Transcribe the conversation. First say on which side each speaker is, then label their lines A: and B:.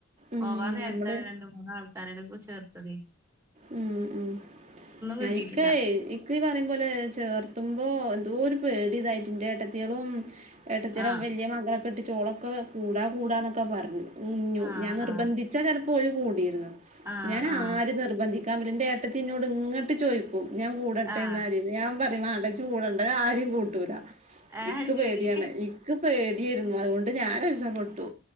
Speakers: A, on the right; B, on the right.
A: ഉം
B: പോവാന്നേരത്താണ്
A: നമ്മള്
B: രണ്ടു മൂന്നാൾക്കാരെ <unintelligible> ചേർ ത്തതേ
A: ഉം ഉം ഞാനിക്ക
B: കിട്ടിയിട്ടില്ല
A: <unintelligible> ഇക്ക് പറയും പോലെ ചേർ ത്തുമ്പോ എന്തോ ഒരു പേടിയിതായിട്ട് ഇന്റെ ഏട്ടത്തിയേളും ഏട്ടത്തിടെ
B: ആ
A: വലിയ മകളെ കെട്ടിച്ചോളൊക്കെ കൂടാ കൂടാ എന്നൊക്കെ പർ ഞ്ഞു
B: ആ
A: ഞാൻ നിർബന്ധിച്ചാ
B: ആ
A: ചെലപ്പോരു കൂടിയിരുന്നു ഷെ
B: ആ
A: ഞാനാ
B: ആ
A: രിം നിർ <unintelligible> ഇൻ്റെ ഏട്ടത്തി ഇന്നോട് ഇങ്ങട്ട് ചോയ് ക്കു ഞാൻ കൂടട്ടെ
B: ആ
A: എന്നാലീന്ന് ഞാൻ പറയും വേണ്ട ഇജജ് കൂടണ്ട ഞാൻ ആരിം കൂട്ടൂല
B: ആ
A: ഇക്ക്
B: ശരി
A: പേടിയാണ് ഇക്ക് പേട്യേരുന്നു അതുകൊ ണ്ട് ഞാ രക്ഷപ്പ ട്ടു